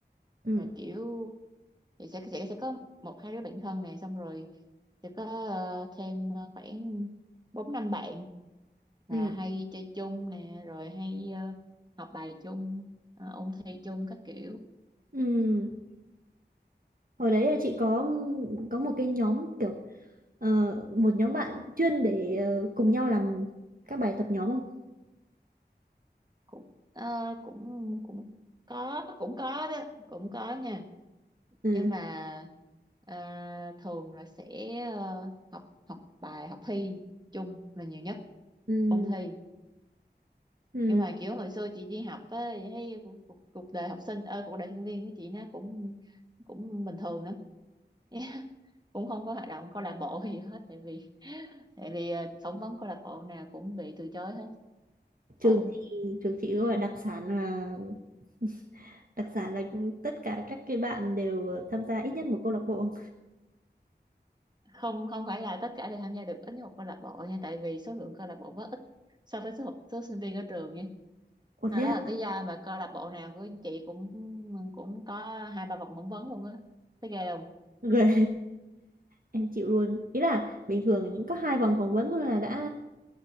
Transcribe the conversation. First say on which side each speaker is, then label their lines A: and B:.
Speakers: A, on the right; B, on the right.
A: ừ
B: rồi kiểu thì sẽ sẽ sẽ có một hai đứa bạn thân này xong rồi sẽ có ờ, thêm ờ, khoảng bốn năm bạn là
A: ừ
B: hay chơi chung nè rồi hay ờ, học bài chung ờ, ôn thi chung các kiểu
A: ừ hồi đấy là chị có có một cái nhóm kiểu ờ, một nhóm bạn chuyên để ờ, cùng nhau làm các bài tập nhóm không
B: cũng ờ, cũng cũng có cũng có đó cũng có nha
A: ừ
B: nhưng mà ờ, thường là sẽ ờ, học học bài học thi chung là nhiều nhất
A: ừ
B: ôn thi
A: ừ
B: nhưng mà kiểu hồi xưa chị đi học á thì thấy cuộc, cuộc cuộc đời học sinh ờ, cuộc đời sinh viên của chị nó cũng cũng bình thường lắm <laughs> cũng không có hoạt động câu lạc bộ <laughs> gì hết tại vì tại vì ờ, phỏng vấn câu lạc bộ nào cũng bị từ chối hết
A: trường
B: khổ
A: chị trường chị gọi đặc sản là <laughs> đặc sản là tất cả các cái bạn đều tham gia ít nhất một câu lạc bộ
B: không không phải là tất cả đều tham gia được ít nhất một câu lạc bộ nha tại vì số lượng câu lạc bộ rất ít so với số học số sinh viên ở trường nha
A: ủa
B: Nên
A: thế à
B: đó là lý do mà câu lạc bộ nào của chị cũng cũng có hai ba vòng phỏng vấn luôn á thấy ghê không
A: ghê em chịu luôn ý là bình thường những có hai vòng phỏng vấn thôi là đã